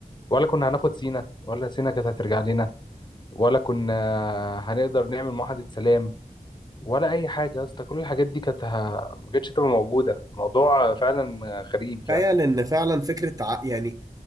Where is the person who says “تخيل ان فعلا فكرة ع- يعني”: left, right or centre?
Right